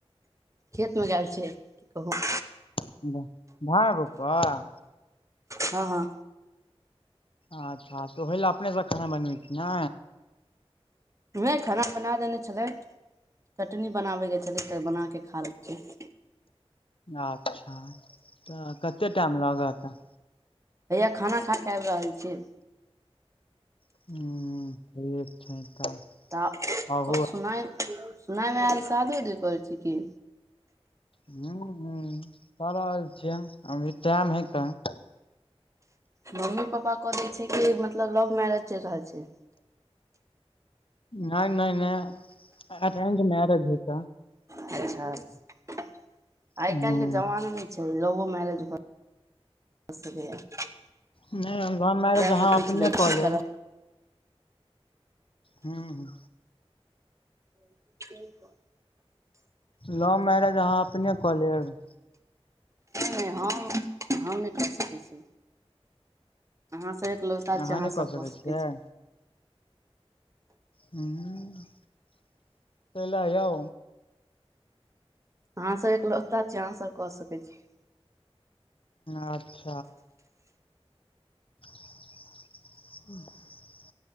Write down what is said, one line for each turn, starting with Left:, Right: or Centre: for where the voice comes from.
Right: खेत मे गेल छै <inaudible> की कहू
Left: <unintelligible> रोपवह
Right: हँ हँ
Left: अच्छ तऽ ओइ लए अपने स खाना बनबै छै ना
Right: नै खाना बना देने छलै <inaudible> चटनी बनाबे केँ छलै स बना केँ खा लेै छिए
Left: अच्छ <inaudible> तऽ कते टाइम लगत
Right: हैया खाना खा कऽ आइब रहल छियै
Left: <unintelligible> <unintelligible>
Right: तऽ
Left: आबू
Right: सुना सुनायमे आयल शादू उदी करै छी की
Left: हू हू कऽ रहल छियै अभी टाइम हय कन
Right: मम्मी पापा कऽ दै छै कि मतलब लव मैरेज चैल रहल छै
Left: नै नै नै <inaudible> अरेंज मैरेज हैत
Right: अच्छ आइ
Left: हूँ
Right: काइल केँ जमाना नै छै लवो मैरेज भऽ <inaudible> सकै यऽ <inaudible>
Left: नहि लव मैरेज
Right: तै स
Left: अहाँ
Right: पुंछ
Left: अपने
Right: ले लिए
Left: कऽ लेब
Right: चल
Left: हू ह
Right: <unintelligible>
Left: लव मैरेज अहाँ अपने कऽ लेब
Right: नै हम हम नै कऽ सकै छी अहाँसभ एकलोता
Left: अहाँ
Right: छी अहाँसभ
Left: नहि
Right: कऽ सकै
Left: छियै
Right: छी
Left: हू <inaudible> काइ लऽ यौ
Right: अहाँ सब एकलोता छिय अहाँ सब कऽ सकैत छी
Left: अच्छ <unintelligible>